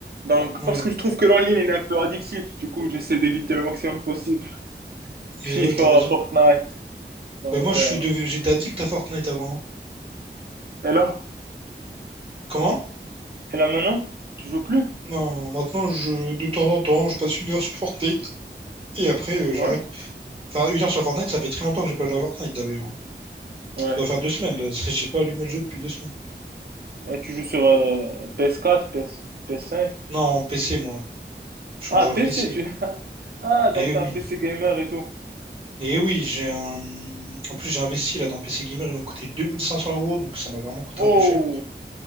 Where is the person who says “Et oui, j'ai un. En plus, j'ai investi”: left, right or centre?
Right